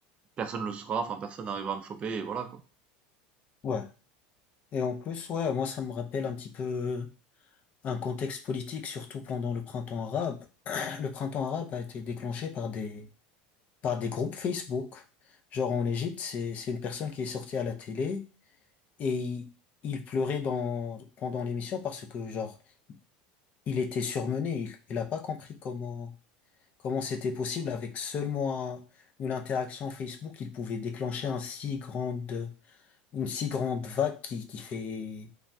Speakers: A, on the right (about 25°); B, on the left (about 35°).
A: personne le saura, enfin, personne n'arrivera à me choper» et voilà, quoi.
B: Ouais. Et en plus, ouais, moi, ça me rappelle un petit peu. un contexte politique, surtout pendant le printemps arabe. <clears throat> Le printemps arabe a été déclenché par des, par des groupes Facebook. Genre en Égypte, c'est, c'est une personne qui est sortie à la télé et il, il pleurait dans, pendant l'émission parce que, genre, il était surmené. Il, il a pas compris comment, comment c'était possible avec seulement un- une interaction Facebook, il pouvait déclencher un si grande, une si grande vague qui, qui fait